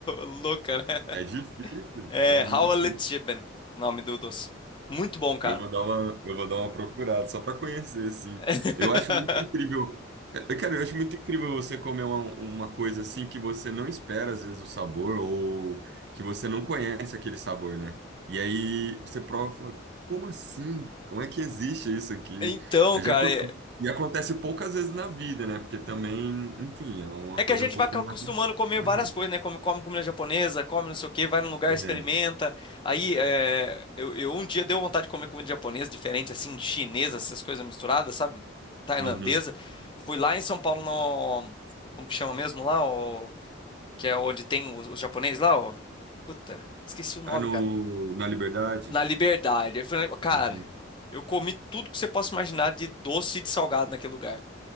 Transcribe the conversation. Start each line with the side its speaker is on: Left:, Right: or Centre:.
Left: louca, né?
Right: é difícil,
Left: É
Right: é muito
Left: Hallowed
Right: difícil.
Left: Geben, nome do doce. Muito bom, cara.
Right: Eu vou dar uma, eu vou dar uma procurada só para conhecer, assim.
Left: <laughs>
Right: Eu acho muito incrível. Eu, cara, eu acho muito incrível você comer uma, uma coisa assim que você não espera, às vezes, o sabor, ou que você não conhece aquele sabor, né? E aí você prova e fala, como assim? Como é que existe isso aqui?
Left: Então,
Right: Eu
Left: cara.
Right: já, acon- e acontece poucas vezes na vida, né? Porque também, enfim, é uma
Left: É
Right: coisa
Left: que a gente
Right: um pouco
Left: vai acostumando
Right: mais.
Left: a comer
Right: né?
Left: várias coisas, né? Come, come comida japonesa, come não sei o quê, vai num lugar,
Right: É.
Left: experimenta. Aí, é, eu, eu um dia deu vontade de comer comida japonesa, diferente, assim, chinesa, essas coisas misturadas, sabe? Tailandesa.
Right: Uhum.
Left: Fui lá em São Paulo no... Como que chama mesmo lá? O, que é onde tem os, os japoneses lá, ó. Puta, esqueci o nome,
Right: Ah, no,
Left: cara.
Right: na Liberdade?
Left: Na Liberdade. Eu falei, cara,
Right: Uhum.
Left: eu comi tudo que você possa imaginar de doce e de salgado naquele lugar.